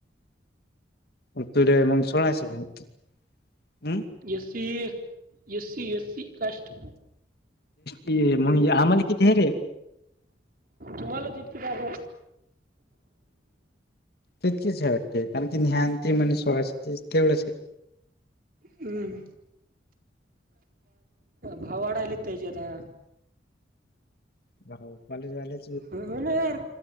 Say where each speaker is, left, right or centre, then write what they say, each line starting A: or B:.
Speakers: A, on the left; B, on the right.
A: मग तुले मग सोळाशे मक् हम्.
B: ये. सी, ये. सी, ये सी काष्ट
A: म्हग आम्हाला किती हे रे.
B: तुम्हालाचितके दखव.
A: तितकीच हे वाटते कारण की जञान त म्हण सोळा तेवढंच आहे.
B: हम् भवाड ल तयजता
A: ब कॉलेज वालेज.
B: होनर